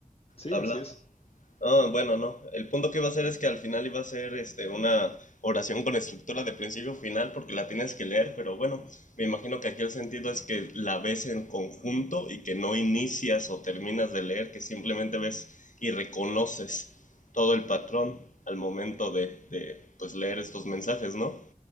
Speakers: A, on the left; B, on the left.
A: Sí,
B: hablado.
A: así es,
B: Ah, bueno, no. El punto que iba a hacer es que al final iba a ser este, una oración con estructura de principio a final porque la tienes que leer, pero bueno, me imagino que aquí el sentido es que la ves en conjunto y que no inicias o terminas de leer, que simplemente ves y reconoces todo el patrón al momento de, de pues, leer estos mensajes, ¿no?